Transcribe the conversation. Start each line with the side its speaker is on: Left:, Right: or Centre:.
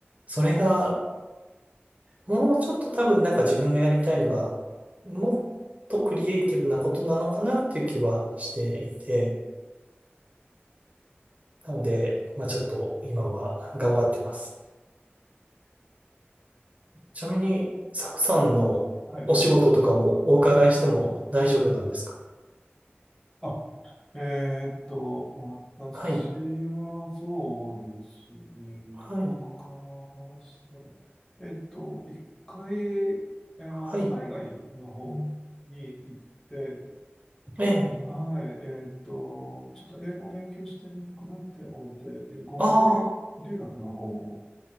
Right: それが、もうちょっと多分なんか自分がやりたいのが、もっとクリエイティブなことなのかなっていう気はしていて、なので、まあちょっと今は頑張ってます。ちなみに、サクさんのお仕事とかもお伺いしても大丈夫なんですか
Left: はい。あ、えーっと、私はそうですね、
Right: はい。はい。
Left: どこから話してたか。えーっと、一回、あの、
Right: はい。
Left: 海外の方に行って、
Right: ええ。
Left: はい、えーっと、ちょっと英語勉強してみようかなって思って、えー語学留、
Right: ああ。
Left: 留学の方を、